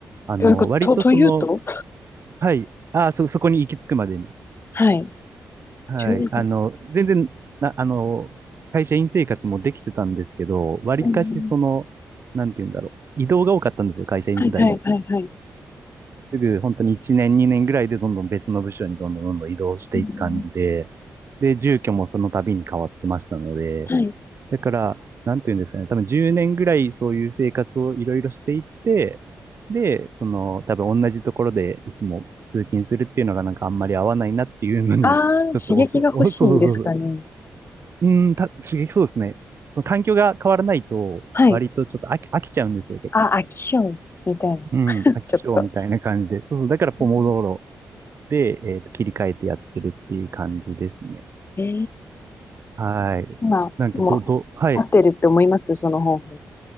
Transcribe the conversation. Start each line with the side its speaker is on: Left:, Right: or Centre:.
Right: あの、
Left: どういうこと、
Right: 割とその、
Left: と、というと
Right: はい。ああ、そ、そこに行き着くまでに。
Left: はい。
Right: はい。
Left: 12年。
Right: あの、全然、な、あの、会社員生活もできてたんですけど、割かしその、
Left: うんうん
Right: なんて言うんだろう。移動が多かったんですよ、会社員時代も。
Left: はいはいはいはい。
Right: すぐ本当に1年2年ぐらいでどんどん別の部署にどんどんどんどん移動していく感じで、
Left: うん
Right: で、住居もその度に変わってましたので、
Left: うんはい。
Right: だから、なんていうんですかね、多分10年ぐらいそういう生活をいろいろしていって、で、その、多分同じところでいつも通勤するっていうのがなんかあんまり合わないなっていうのに、
Left: ああ、
Right: <laughs> ちょっとおそ、
Left: 刺激が欲しいですかね。
Right: お、そうそうそうそう。うん、た、刺激そうですね。その環境が変わらないと、
Left: はい。
Right: 割とちょっと飽き、飽きちゃうんですよ、結構。
Left: あ、飽き性みたいな。
Right: うん、飽き性みたいな感じで。
Left: ちょっと。
Right: そうそう、だからポモドーロ
Left: うん
Right: で、えっと、切り替えてやってるっていう感じですね。
Left: ええ
Right: はい。
Left: 今、
Right: なんか、
Left: もう、
Right: ど、ど、はい。
Left: 合ってるって思いますその方法。